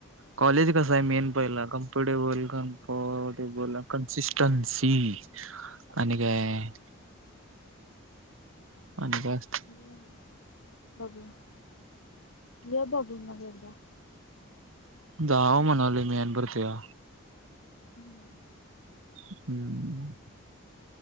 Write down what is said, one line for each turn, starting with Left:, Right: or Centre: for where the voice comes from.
Right: कॉलेज कसा आहे मेन पहिला कम्फर्टेबल कम्फर्टेबल, कन्सिस्टन्सी? आणि काय आणि जास्त
Left: ये मग बघू ये बघू मग एकदा.
Right: जावा म्हणालो मी आणि भरत्या.
Left: हम्म
Right: हम्म.